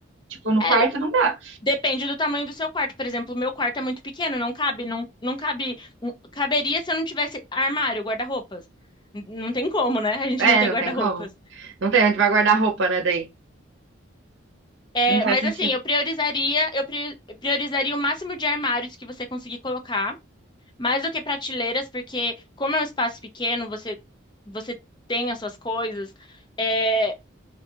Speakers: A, on the right; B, on the left.
A: Tipo, no
B: É,
A: quarto não dá.
B: depende do tamanho do seu quarto. Por exemplo, o meu quarto é muito pequeno, não cabe, não, não cabe. um- Caberia se eu não tivesse armário, guarda-roupas. N- Não tem como, né? A gente
A: É,
B: não ter
A: não
B: guarda-roupas.
A: tem como. Não tem onde vai guardar roupa, né? Daí.
B: É,
A: Não faz
B: mas
A: sentido.
B: assim, eu priorizaria, eu pri- priorizaria o máximo de armários que você conseguir colocar, mais do que prateleiras, porque como é um espaço pequeno, você você tem as suas coisas. é,